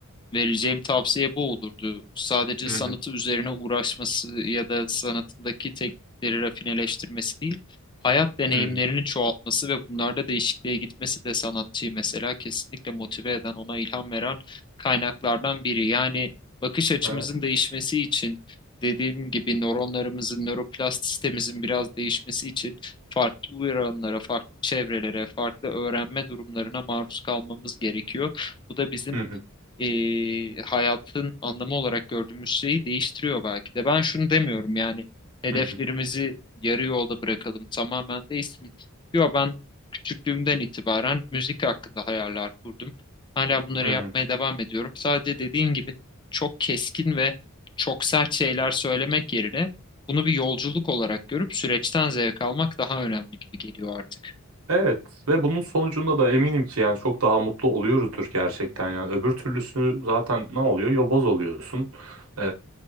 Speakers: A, on the left; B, on the right.
A: Vereceğim tavsiye bu olurdu. Sadece
B: Hı
A: sanatı
B: hı,
A: üzerine uğraşması ya da sanatındaki teknikleri rafineleştirmesi değil, hayat deneyimlerini
B: hı hı.
A: çoğaltması ve bunlarda değişikliğe gitmesi de sanatçıyı mesela kesinlikle motive eden, ona ilham veren kaynaklardan biri. Yani bakış açımızın
B: Evet.
A: değişmesi için, dediğim gibi nöronlarımızın, nöroplastistemizin biraz değişmesi için farklı uyaranlara, farklı çevrelere, farklı öğrenme durumlarına maruz kalmamız gerekiyor. Bu da bizim
B: Hı hı,
A: e, hayatın anlamı olarak gördüğümüz şeyi değiştiriyor belki de. Ben şunu demiyorum yani hedeflerimizi
B: hı hı,
A: yarı yolda bırakalım tamamen değişsin. Yok ben küçüklüğümden itibaren müzik hakkında hayaller kurdum. Hala bunları
B: hı
A: yapmaya
B: hı. hı.
A: devam ediyorum. Sadece dediğin gibi çok keskin ve çok sert şeyler söylemek yerine bunu bir yolculuk olarak görüp süreçten zevk almak daha önemli gibi geliyor artık.
B: Evet ve bunun sonucunda da eminim ki yani çok daha mutlu oluyoruzdur gerçekten yani öbür türlüsü zaten ne oluyor? Yoboz oluyorsun. Ee,